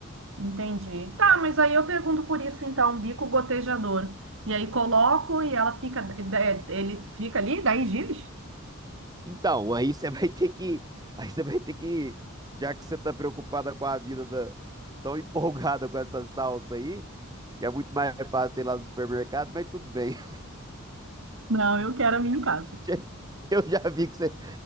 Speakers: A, on the right; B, on the right.
A: Entendi. Tá, mas aí eu pergunto por isso então, bico gotejador. E aí coloco e ela fica, eh, ele fica ali 10 dias?
B: Então, aí você vai ter que. Aí você vai ter que. Já que você tá preocupada com a vida da- tão empolgada com essa salsa aí, que é muito mais fácil ir lá no supermercado, mas tudo bem.
A: Não, eu quero a minha em casa.
B: <laughs> Eu já vi que você,